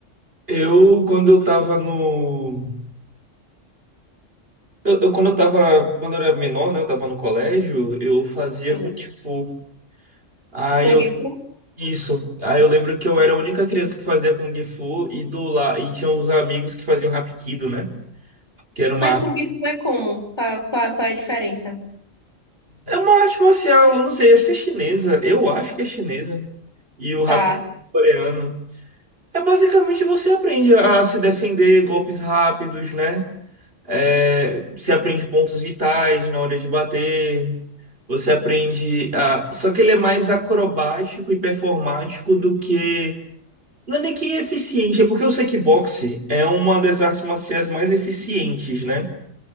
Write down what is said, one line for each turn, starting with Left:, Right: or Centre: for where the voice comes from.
Right: Eu, quando eu tava no. Eu, eu- quando eu tava. Quando eu era menor, né? Eu tava no colégio, eu fazia
Left: Sim.
Right: Kung Fu. Aí
Left: Kung
Right: eu.
Left: Fu?
Right: Isso. Aí eu lembro que eu era a única criança que fazia Kung Fu e do lá. E tinha uns amigos que faziam Hapkido, né? Que era uma.
Left: Mas Kung Fu é como? Qual, qual, qual é a diferença?
Right: É uma arte marcial, eu não sei, acho que é chinesa. Eu acho que é chinesa. E o
Left: Tá.
Right: Hapkido é coreano. É basicamente você aprende a se defender golpes rápidos, né? É, você aprende pontos vitais na hora de bater. Você aprende a. Só que ele é mais acrobático e performático do que. Não é nem que eficiente, é porque o kickboxing é uma das artes marciais mais eficientes, né?